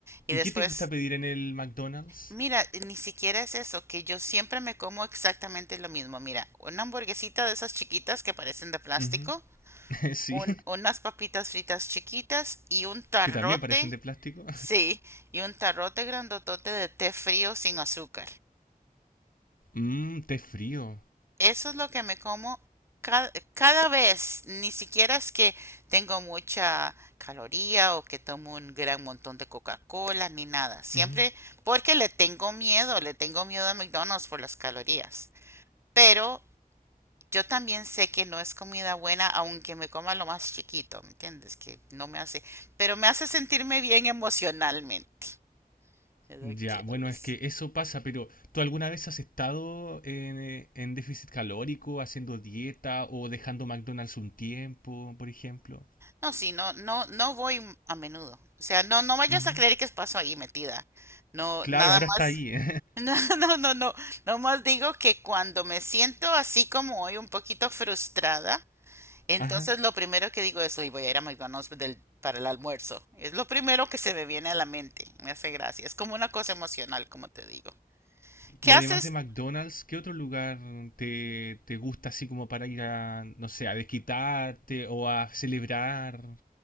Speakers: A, on the right; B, on the left.
A: Y
B: ¿Y
A: después,
B: qué te gusta pedir en el McDonald's?
A: mira, ni siquiera es eso, que yo siempre me como exactamente lo mismo. Mira, una hamburguesita de esas chiquitas que parecen de plástico
B: Ujú, <laughs> Sí,
A: un- unas papitas fritas chiquitas y un tarrote,
B: que también parecen de plástico.
A: sí, y un tarrote grandotote de té frío sin azúcar.
B: Mmm, té frío.
A: Eso es lo que me como cada, cada vez, ni siquiera es que tengo mucha caloría o que tomo un gran montón de Coca-Cola ni nada. Siempre
B: Ujú.
A: porque le tengo miedo, le tengo miedo a McDonald's por las calorías. Pero Yo también sé que no es comida buena, aunque me coma lo más chiquito, ¿me entiendes? Que no me hace, pero me hace sentirme bien emocionalmente, es lo
B: Ya,
A: que quiero
B: bueno,
A: decir.
B: es que eso pasa, pero ¿tú alguna vez has estado en, eh, en déficit calórico, haciendo dieta o dejando McDonald's un tiempo, por ejemplo?
A: No, sí, no, no, no voy a menudo. O sea, no, no vayas
B: Ujú.
A: a creer que paso ahí metida. No,
B: Claro,
A: nada
B: ahora está
A: más.
B: ahí,
A: <laughs>
B: ¿eh?
A: No, no, no, no. No más digo que cuando me siento así como hoy, un poquito frustrada, Entonces
B: <laughs> Ajá.
A: lo primero que digo es, hoy voy a ir a McDonald's del- para el almuerzo. Es lo primero que se me viene a la mente. Me hace gracia. Es como una cosa emocional, como te digo. ¿Qué
B: Y
A: haces?
B: además de McDonald's, ¿qué otro lugar te, te gusta así como para ir a, no sé, a desquitarte o a celebrar?